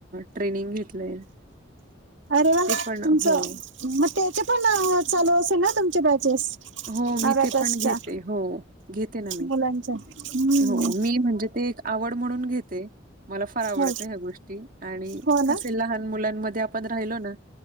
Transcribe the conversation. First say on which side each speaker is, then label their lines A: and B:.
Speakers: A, on the right; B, on the right.
A: ट्रेनिंग घेतलंय.
B: अरे वा
A: ते पण
B: तुमचं
A: हो
B: मग त्याचे पण चालू अ असेल ना तुमचे बॅचेस
A: हो मी
B: अबॅकसच्या
A: ते पण घेते हो घेते ना मी
B: मुलांच्या हम्म.
A: हो मी म्हणजे ते एक आवड म्हणून घेते मला फार आवडते
B: हो
A: ह्या गोष्टी आणि
B: हो
A: कसे
B: ना
A: लहान मुलांमध्ये आप पण राहिलो ना